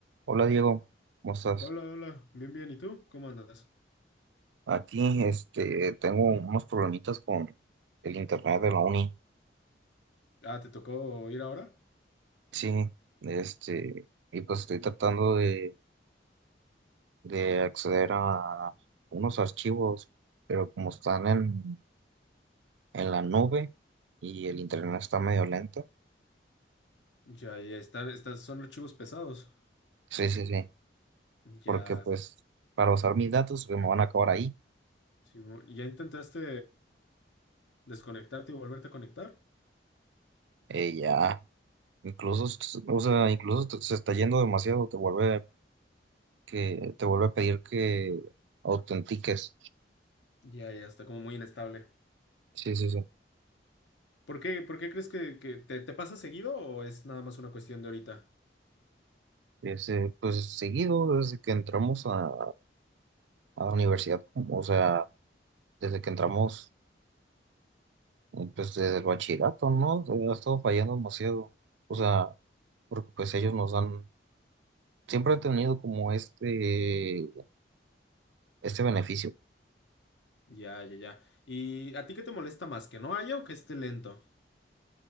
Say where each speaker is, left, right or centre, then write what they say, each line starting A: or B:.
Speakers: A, on the right (about 80°); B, on the left (about 85°).
A: Hola Diego, ¿cómo estás?
B: Hola, hola, bien, bien. ¿Y tú? ¿Cómo andas?
A: Aquí este, tengo unos problemitas con el internet de la uni.
B: Ah, ¿te tocó ir ahora?
A: Sí, este, y pues estoy tratando de, de acceder a unos archivos, pero como están en, en la nube y el internet está medio lento,
B: Ya, ya están, estas son archivos pesados.
A: sí, sí, sí,
B: Ya,
A: porque pues para usar mis datos se me van a acabar ahí.
B: sí, mo- ¿ya intentaste desconectarte y volverte a conectar?
A: Eh, ya, incluso, o sea, incluso se está yendo demasiado, te vuelve que te vuelve a pedir que autentiques.
B: Ya, ya está como muy inestable.
A: Sí, sí, sí.
B: ¿Por qué, por qué crees que, que te, te pasa seguido o es nada más una cuestión de ahorita?
A: Ese, pues seguido, desde que entramos a, a la universidad, como- o sea, desde que entramos, eh, pues desde el bachillerato, ¿no? Ha estado fallando demasiado. O sea, porque pues ellos nos han, siempre han tenido como este, este beneficio.
B: Ya, ya, ya. ¿Y a ti qué te molesta más? ¿Que no haya o que esté lento?